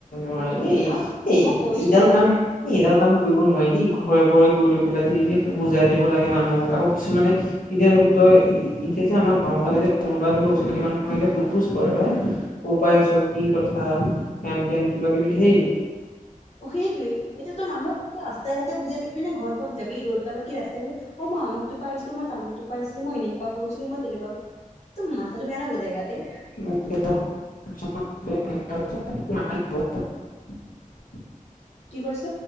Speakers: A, on the left; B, on the left.
A: অ
B: হা
A: এই
B: আৰু
A: এই
B: মই কৈছোৱেই
A: এইডাল কাম, এই এইডাল কাম কৰিব নোৱাৰি দেই। ঘৰে ঘৰি গৈ লৈ পেলাই যে যে বুজাই থাকিব লাগে মানুহক আকৌ কিছুমানে এতিয়া ধৰি লও তই। এতিয়া যে আমাৰ গাঁওৰ ফালে যে কোনোবা অচিনাকি মানুহ আহিলে সুদ পোছ কৰে ভাই ক'ৰ পৰা আহিছত। কি কথা হেন তেন কিবা কিবি ঢেৰ।
B: সেইটয়ে এইটো, মানুহক ৰাস্তা ঘাট বুজাই থাকিবি ঘৰত গৈ বুজাবি এই ৰ'। কী ৰাস্তা কেইটা মই আমুক। টোপাই আমই তামুক টোপাই আছিলো মই এনেকুৱা কৰিছিলো মই তেনেকুৱা একো মাথাটো বেয়া নহবেগাতে <unintelligible>
A: <unintelligible> <unintelligible>
B: কি কৈছ?